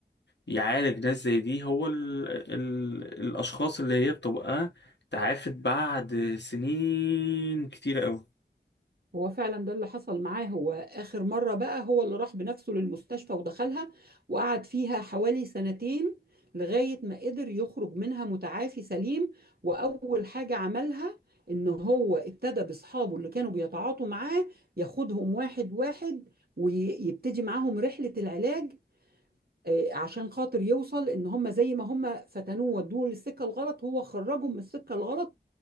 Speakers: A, on the left; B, on the right.
A: يعالج ناس زي دي هو ال... ال... الاشخاص اللي هي بتبقى تعافت بعد سنين كتير قوي
B: هو فعلا ده اللي حصل معاه هو آخر مرة بقى هو اللي راح بنفسه للمستشفى ودخلها وقعد فيها حوالي سنتين لغاية ما قدر يخرج منها متعافي سليم وأول حاجة عملها إن هو ابتدى بأصحابه اللي كانوا بيتعاطوا معاه ياخدهم واحد واحد ويبتدي معاهم رحلة العلاج آه، عشان خاطر يوصل إن هم زي ما هم فتنوه ودوه للسكة الغلط هو خرجهم من السكة الغلط